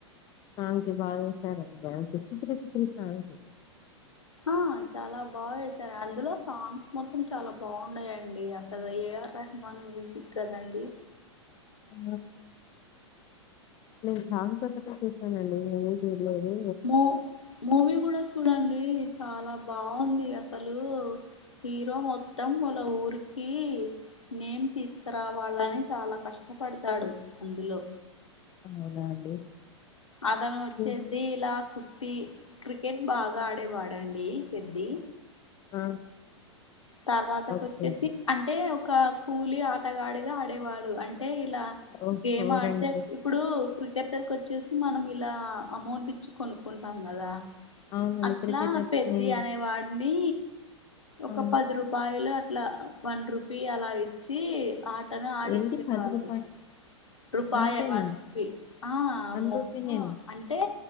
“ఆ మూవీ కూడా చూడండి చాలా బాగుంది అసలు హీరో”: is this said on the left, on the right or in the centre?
Left